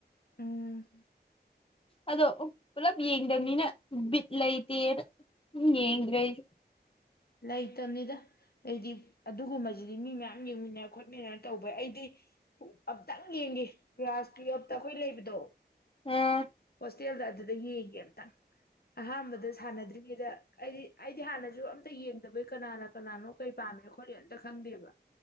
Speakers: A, on the left; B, on the left.
A: ꯎꯝ
B: ꯑꯗꯣ ꯄꯨꯂꯞ ꯌꯦꯡꯗꯕꯅꯤꯅ ꯕꯤꯠ ꯂꯩꯇꯦꯅ ꯎꯝ ꯌꯦꯡꯗ꯭ꯔꯦ ꯑꯩꯁꯨ
A: ꯂꯩꯇꯕꯅꯤꯗ ꯑꯩꯗꯤ ꯑꯗꯨꯒꯨꯝꯕꯁꯤꯗꯤ ꯃꯤ ꯃꯌꯥꯝ ꯌꯦꯡꯃꯤꯟꯅ ꯈꯣꯠꯃꯤꯟꯅꯔ ꯇꯧꯕ ꯑꯩꯗꯤ ꯑꯝꯇꯪ ꯌꯦꯡꯒꯤ ꯀ꯭ꯂꯥꯁ ꯇꯨꯌꯦꯜꯞꯇ ꯑꯩꯈꯣꯏ ꯂꯩꯕꯗꯣ
B: ꯑ
A: ꯍꯣꯁꯇꯦꯜꯗ ꯑꯗꯨꯗ ꯌꯦꯡꯒꯤ ꯑꯝꯇꯪ ꯑꯍꯥꯟꯕꯗ ꯁꯥꯟꯅꯗ꯭ꯔꯤ <inaudible> ꯑꯩꯗꯤ ꯑꯩꯗꯤ ꯍꯥꯟꯅꯁꯨ ꯑꯝ ꯑꯝꯇ ꯌꯦꯡꯗꯕꯩ ꯀꯅꯥꯅ ꯀꯅꯥꯅꯣ ꯀꯩ ꯄꯥꯝꯃꯤ ꯈꯣꯠꯂꯤ ꯑꯝꯇ ꯈꯪꯗꯦꯕ